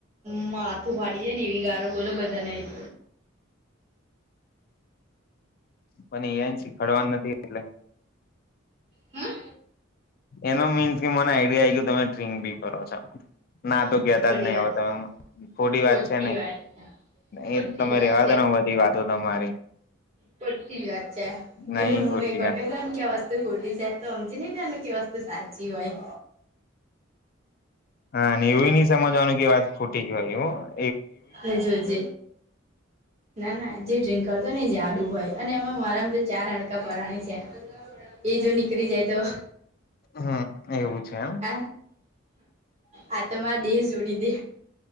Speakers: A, on the right; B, on the left.
A: મ્ હથુ ફાડી જાય, ને એવી ગારો બોલો બધા ન
B: પણ એ શીખાડવાનું નથી, એટલે
A: હમ્મ
B: એનો મીન્સ, કે મને આઈડિયા આ કે તમે ટ્રીક બી કરો છો. ના તો કહેતા
A: ખોટી
B: જ નહી
A: વાત
B: હવે, તમે
A: છે
B: થોડી
A: ખોટી
B: વાત છે, નહી.
A: વાત છે ખોટી
B: એ તમે
A: જ વાત
B: રેવા દો બધી વાતો, તમારી
A: પતી જ વાત છે, એટલે
B: નહી
A: હુ
B: ખોટી
A: એક વાર
B: વાત
A: કહી દઉને ક્યાં વસ્તુ ખોટી છે, તો સમજી નહ એનું કે વસ્તુ સાચી હોય.
B: હા, એવું
A: બોલો
B: નહ સમજવાનું કે વાત ખોટી જ હોય એવુ
A: હજજ, ના ના જે ડ્રિંક કરતો નને જે આડુ હોય. અને એમાં મારામ, તો ચાર હાડકા પરરાણી છે. એ જો નીકળી જાય, તો
B: હમ એવું છે એમ
A: હ, આ તમા મા દે જો જોડી દે